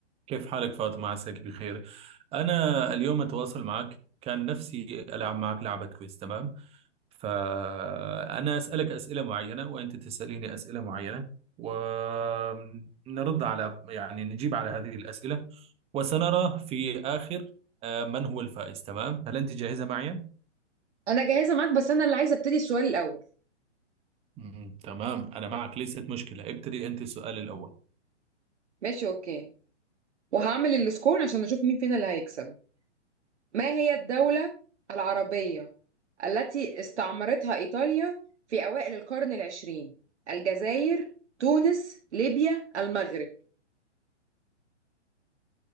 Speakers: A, on the right (about 15°); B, on the right (about 70°).
A: كيف حالك فاطمة عساك بخير أنا اليوم أتواصل معك كان نفسي ألعب معك لعبة كويس تمام فأنا أسألك أسئلة معينة وأنت تسأليني أسئلة معينة ونرد على يعني نجيب على هذه الأسئلة وسنرى في آخر آه، من هو الفائز تمام هل أنت جاهزة معي؟
B: انا جاهزه معاك بس انا اللي عايزه ابتدي السؤال الاول
A: مم، تمام أنا معك ليست مشكلة ابتدي أنت السؤال الأول
B: ماشي اوكي وهعمل السكور عشان نشوف مين فينا اللي هيكسب ما هي الدوله العربيه التي استعمرتها ايطاليا في اوائل القرن العشرين الجزائر تونس ليبيا المغرب